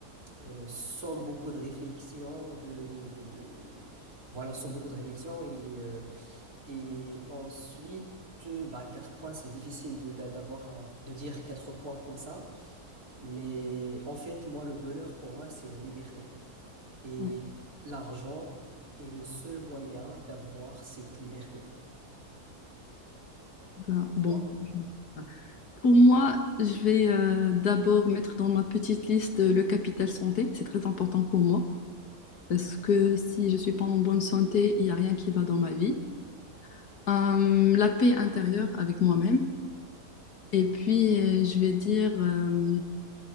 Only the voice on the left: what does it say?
Ouais.
Ben, bon.
je- Pour moi, je vais euh, d'abord mettre dans ma petite liste euh, le capital santé. C'est très important pour moi parce que si je suis pas en bonne santé, il n'y a rien qui va dans ma vie. Euh, la paix intérieure avec moi-même. Et puis, euh, je vais dire euh,